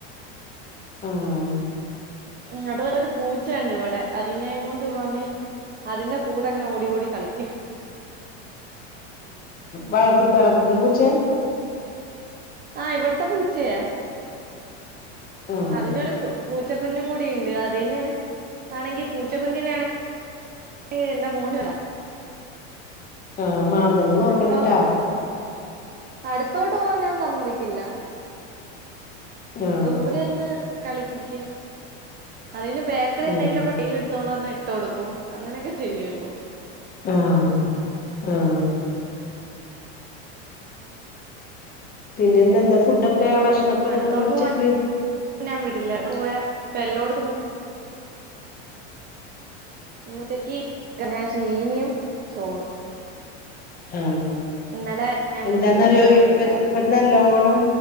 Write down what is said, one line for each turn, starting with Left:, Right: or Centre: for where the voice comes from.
Left: ആഹ്
Right: ഇങ്ങട്ട് ങ്ങട്ടൊരു പൂച്ചണ്ട് ഇവിടെ അതിനെയ് കൊണ്ട് ഓന് അതിന്റെ കൂടെ ഇങ്ങനെ ഓടി ഓടി കളിക്കും. ഉം
Left: വളർത് വളർത്ത്ണ പൂച്ചയാ?
Right: ആഹ് ഇവട്ത്തെ പൂച്ചയ.
Left: ആഹ്
Right: അതിനൊരു കു പൂച്ചക്കുഞ്ഞും കൂടി ഇണ്ട്. അതിന് ആണെങ്കി പൂച്ചക്കുഞ്ഞിനെ ആണെ <unintelligible> എന്റെ <unintelligible>
Left: ആഹ് മാന്തണ നോക്കണട്ടാ
Right: അപ്പൊ അടുത്തോട്ട് പോവാൻ ഞാൻ സമ്മതിക്കില്ല.
Left: ആഹ്
Right: ദൂരെന്ന് കളിപ്പിക്കും. അതിന് ബേക്കറി എന്തെങ്കിലൊക്കെയ്
Left: ഉം
Right: കയ്യില് ഇട്ത്തോണ്ട് വന്ന് ഇട്ട് കൊടുക്കും അങ്ങനെയൊക്കെ ചെയ്യൊള്ളു.
Left: ആഹ് ആഹ് പിന്നെ ഇന്ന് എന്താ ഫുഡൊക്കെ ഭക്ഷണൊക്കെ
Right: അടുത്തോട്ട്
Left: എന്താ ഉച്ചയിക്ക്?
Right: പോവാൻ ഞാൻ വിടില്ല പോയാ അപ്പ എല്ലോട്ത്തും ഇന്ന് ഉച്ചക്ക് ചീനിയും, ചോറും.
Left: ആഹ്
Right: ഇന്നലെ ഞങ്ങക്ക്
Left: എന്താന്നറിയോ
Right: വിരുന്നുകാരുണ്ടായിരുന്നു
Left: ഇപ്പ ഇപ്പ നല്ലോണം